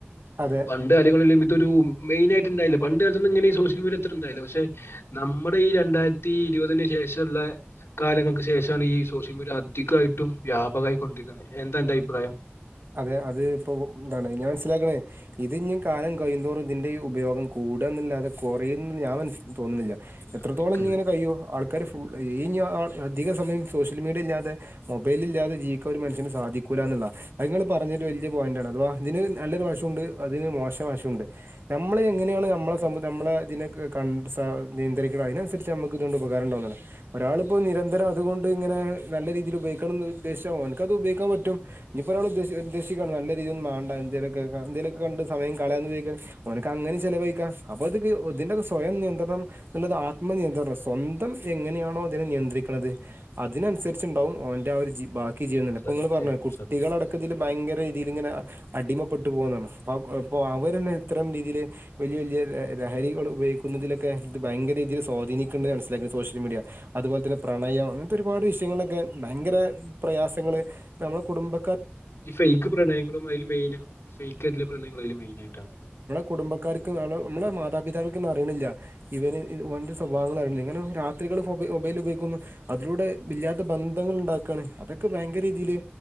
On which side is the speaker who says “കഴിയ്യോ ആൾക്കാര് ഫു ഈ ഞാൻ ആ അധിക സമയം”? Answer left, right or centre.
Right